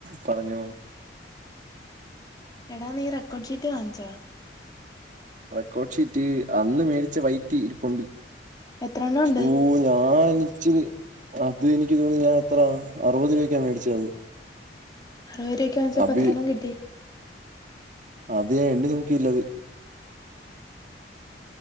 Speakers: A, on the right; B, on the left.
A: പറഞ്ഞോ
B: എടാ നീ റെക്കോർഡ് ഷീറ്റ് വാങ്ങിച്ചോ
A: റെക്കോർഡ് ഷീറ്റ് അന്ന് മേടിച്ച വൈറ്റിരുപ്പുണ്ട്
B: എത്രണ്ണം ഉണ്ട്
A: ഓ ഞാന ഇച്ചിരി അത് എനിക്ക് തോന്നുന്നു ഞാൻ എത്ര അറുപത് രൂപക്കാ മേടിച്ചത്
B: അറുപത് രൂപക്ക് വങ്ങിച്ചപ്പം
A: അത് അബി
B: എത്രണ്ണം കിട്ടി
A: അത് ഞാൻ എണ്ണി നോക്കിലത്